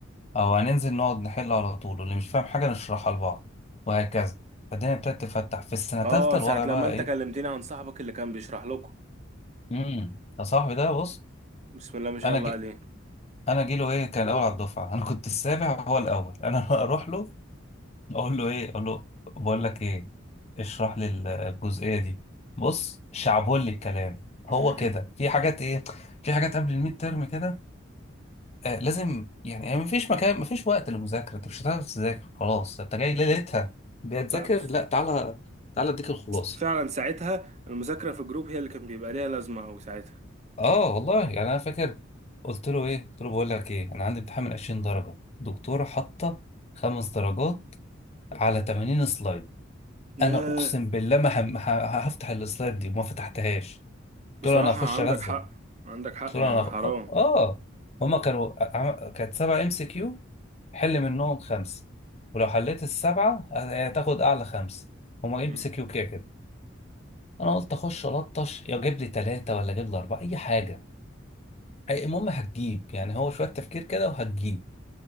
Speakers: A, on the left; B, on the right.
A: او هننزل نقعد نحل على طول واللي مش فاهم حاجه نشرحها لبعض وهكذا فالدنيا ابتدت تفتح في السنه
B: اه
A: الثالثه الوضع
B: ساعة
A: بقى
B: لما انت
A: ايه
B: كلمتني عن صاحبك اللي كان بيشرح لكم
A: امم يا صاحبي ده بص
B: بسم الله ما شاء
A: انا
B: الله
A: جي
B: عليه
A: انا جيله ايه كان الاول على الدفعه انا كنت السابع هو الاول انا
B: بسم
A: <laughs> اروح له اقول له ايه اقول له بقول لك ايه اشرح لي ال- الجزئيه دي بص شعبولي الكلام
B: الله.
A: هو كده في حاجات ايه في حاجات قبل الميد ترم كده آه لازم يعني يعني مفيش مكان مفيش وقت للمذاكرة انت مش هتعرف تذاكر خلاص انت جاي ليلتها بتذاكر
B: <laughs> ف-
A: لا تعالى تعالى اديك الخلاصة
B: فعلا ساعتها المذاكرة في الجروب هي اللي كان بيبقى ليها لازمة أوي ساعتها
A: اه والله يعني انا فاكر قلت له ايه قلت له بقول لك ايه انا عندي امتحان من 20 درجة دكتورة حاطة خمس درجات على 80 سلايد
B: ياه
A: انا اقسم بالله ما هم... ه- هفتح السلايد دي وما فتحتهاش قلت
B: بصراحة
A: له انا هخش
B: عندك
A: ارزع
B: حق عندك حق
A: طلع
B: يعني
A: انا
B: حرام
A: اه هما كانوا عم- كانت سبعة ام سي كيو حل منهم خمسة ولو حليت السبعة هتاخد اعلى خمسة هما
B: مم.
A: ام سي كيو كده كده انا قلت اخش الطش يا جيب لي ثلاثة ولا جيب لي أربعة اي حاجة أي- المهم هتجيب يعني هو شوية تفكير كده وهتجيب